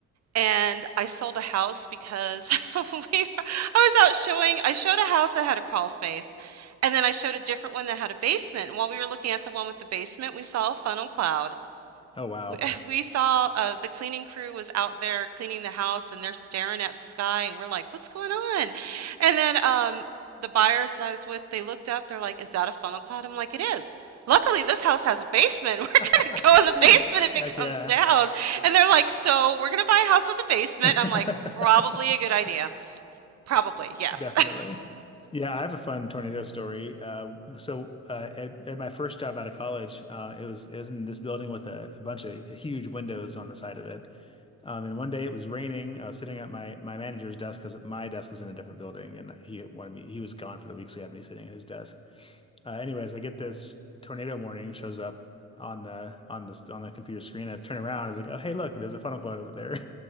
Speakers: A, on the right; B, on the left.
A: and I sold a house because <laughs> we I was out showing I showed a house that had a crawl space and then I showed a different one that had a basement. And while we were looking at the one with the basement, we saw a funnel cloud
B: Oh, wow.
A: we <laughs> we saw uh, the cleaning crew was out there cleaning the house and they're staring at the sky and we're like, what's going on? And then um, the buyers that I was with, they looked up, they're like, is that a funnel cloud? I'm like, it is. Luckily, this house has a basement. <laughs> We're
B: <laughs>
A: going to go in the basement if it
B: Heck
A: comes
B: yeah.
A: down. And they're like, so we're going to buy a house with a basement.
B: <laughs>
A: I'm like, probably a good idea. Probably, yes.
B: Definitely.
A: <laughs>
B: Yeah, I have a fun tornado story. Uh, so uh, at, at my first job out of college, uh, it was it was in this building with a, a bunch of huge windows on the side of it. Um, and one day it was raining. I was sitting at my my manager's desk because my desk was in a different building, and he wanted me. He was gone for the week, so he had me sitting at his desk. Uh, anyways, I get this tornado warning shows up on the on the on the computer screen. I turn around, I was like, "Oh, hey, look, there's a funnel cloud over there."